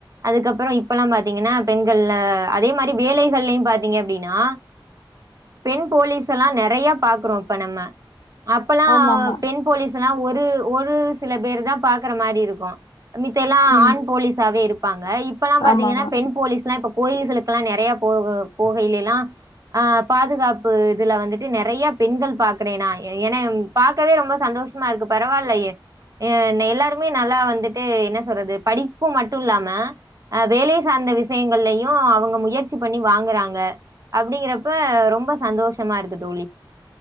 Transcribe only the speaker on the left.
ஆமாமா.
ம்.
ஆமாமா.